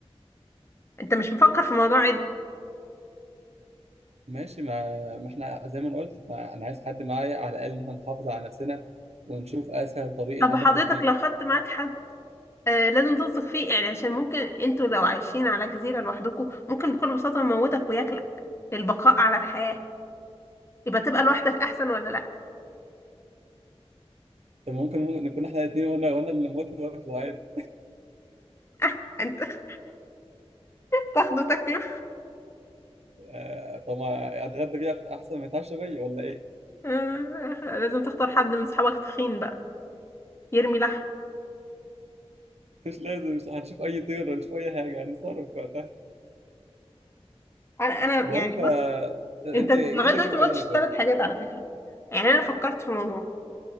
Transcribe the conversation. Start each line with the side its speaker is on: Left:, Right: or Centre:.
Left: انت مش مفكر في موضوع عد
Right: ماشي ما ما احنا زي ما أنا قلت ما انا عايز حد معايا على الاقل ان احنا نحافظ على نفسنا ونشوف اسهل طريق
Left: طب
Right: اللي
Left: حضرتك
Right: هنخرج بيه
Left: لو خدت معاك حد آه لازم تثق فيه يعني عشان ممكن انتوا لو عايشين على جزيرة لوحدكم ممكن بكل بساطة يموتك وياكلك للبقاء على الحياة يبقى تبقى لوحدك احسن ولا لا <laughs>
Right: طب ممكن ممكن نكون احنا الاثنين وانا وانا اللي موت وقت عادي
Left: آه انت آه تاخده تاكله
Right: <laughs> آه، طب ما اتغدى بيها احسن ما يتعشى بيا ولا ايه
Left: آه لازم تختار حد من صحابك تخين بقى يرمي لحم
Right: مش لازم مش هنشوف اي طير هنشوف اي حاجه هنتصرف وقتها
Left: انا انا
Right: المهم
Left: يعني
Right: فانت
Left: بص انت لغاية
Right: ايه اللي
Left: دلوقتي
Right: جه في
Left: ما
Right: بالك
Left: قلتش الثلاث
Right: برضه
Left: حاجات على فكرة يعني انا فكرت في الموضوع